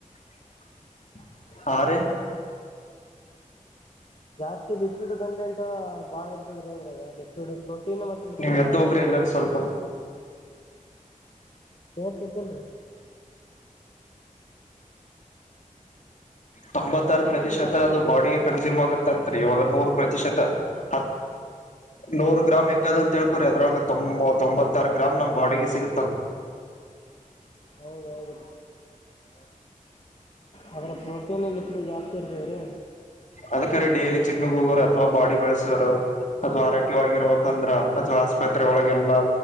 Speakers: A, on the left; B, on the left.
A: <inaudible>
B: <inaudible>
A: ಹಾ ರೀ
B: ಜಾಸ್ತಿ ಲಿಕ್ವಿಡ್ ಕಂಟೆಂಟ್ ಬಾಳ ಇರ್ದದ್ರೆ ಇ್ರದ ಲಿಕ್ವಿಡ್ ಪ್ರೋಟೀನ್ ಮತ್ತೆ ಲಿಕ್ವಿಡ್
A: ನೀವ್ ಎದ್ದ
B: ಬಾ
A: ಹೋಗ್ರಿ
B: ಐತದೆ
A: ಎಲ್ಲಾನ ಸ್ವಲ್ಪ
B: ಹಸತಲ್
A: ತೊಂಬತ್ತಾರು
B: ಲಿಪಿಡ್
A: ಪ್ರತಿಶತ
B: ಜಾಸ್ತಿ
A: ಅದು
B: ಇರ್ತದ
A: ಬಾಡಿಗೆ
B: ರೀ
A: ಕನ್ಸ್ಯೂಮ್ ಆಗತ್ತಂತ್ರಿ ಇವಾಗ ನೂರು ಪ್ರತಿಶತ ಹತ್ ನೂರು ಗ್ರಾಮ್
B: ಹಾಂ
A: ಎಗ್ಗದ
B: ರೀ
A: ಅಂತ ಹೇಳ್ಕೊ್ರಿ ಅದ್ರೊಳಗೆ ತೊಂಬೊಂಬತ್ತಾರು ಗ್ರಾಮ್ ನಮ್ ಬಾಡಿಗೆ ಸಿಗುತ್ತ
B: ಹೌದೌದು ಆದ್ರ ಪ್ರೋಟೀನ ಎಲ್ಲಿ ಪಡಿ ಜಾಸ್ತಿ ಇರ್ತೇವೆ ರೀ
A: ಅದಕ್ರ ಡೇಲಿ ಚಿಮಗ್ ಹೋಗೋರು ಅಥವಾ ಬಾಡಿ ಬೆಳಸೋರು ಅಥ್ ಆರೋಗ್ಯವಾಗಿರ್ಬೇಕಂದ್ರ ಅಥವಾ ಆಸ್ಪತ್ರೆ ಒಳಗೆಲ್ಲಾ